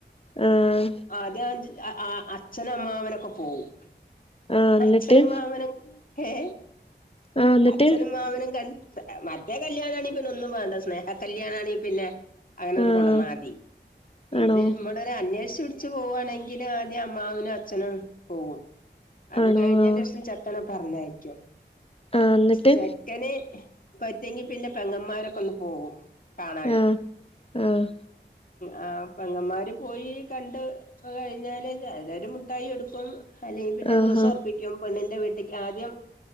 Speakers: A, on the left; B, on the left.
A: ആഹ.
B: ആദ്യം അച്ഛനും അമ്മാവനൊക്കെ പോകും.
A: ആഹ് എന്നിട്ട്
B: അച്ഛനും മാമനും - ഏ.
A: ആഹ് എന്നിട്ട്
B: അച്ഛനും മാമനും കണ്ട്- മറ്റേ കല്ല്യാണാണെങ്കി പിന്നെ ഒന്നും വേണ്ട. സ്നേഹ കല്യാണാണെങ്കി പിന്നെ- അങ്ങനെ ഇട്ട്
A: ആഹ്
B: കൊണ്ടന്നാതി.
A: ആണോ
B: ഇത് ഇവടെ ഒരു അന്വേഷിച്ച് പിടിച്ച് പോവുവാണെങ്കി- എങ്കിലും ആദ്യം അമ്മാവനും അച്ഛനും പോകും. അത്
A: ആണോ
B: കഴിഞ്ഞന്റഷം
A: ആഹ്
B: ചെ തനെ പറഞ്ഞായക്കും
A: ആഹ് എന്നിട്ട്
B: ചെ - ക്കനെ പറ്റെങ്കി പിന്നെ പെങ്ങന്മാരൊക്കെ ഒന്ന് പോകും. കാണാന്
A: ആഹ്. ആഹ്
B: ആ പെങ്ങമാര് പോയി കണ്ട് കഴിഞ്ഞാല് ചെലർ മുട്ടായി കൊടുക്കും. അല്ലെങ്കിൽ പിന്നെ
A: ആഹാ
B: ദിവസം ഉറപ്പിക്കും. പെണ്ണിന്റെ വീട്ടിക്ക് ആദ്യം